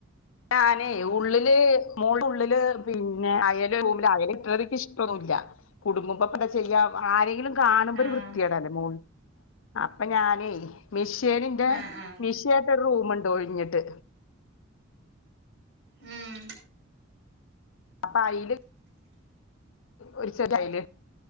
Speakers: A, on the left (about 80°); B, on the right (about 65°).
A: ഞാനേ ഉള്ളില് മോളുള്ളില് പിന്നെ അയെ ന്റെ റൂമില് ആരെങ്കിലു കേറികി ഷ്ടൊന്നുല്ല്യ. കുടുംബപ്പെ ചെയ്യ ആരെങ്കിലും. കാണ് മ്പൊരു
B: ആഹ്
A: വൃത്ത്യേടല്ലെ മോള് അപ്പ ഞാനെ മിഷ്യനിന്റെ
B: ആഹ് ആഹ്
A: മിഷ് ക്വായ്ട്ടൊര് റൂമ്ണ്ട് ഒഴിഞ്ഞിട്ട്
B: ഊം
A: അപായില് ഒര് ചെരി അയില്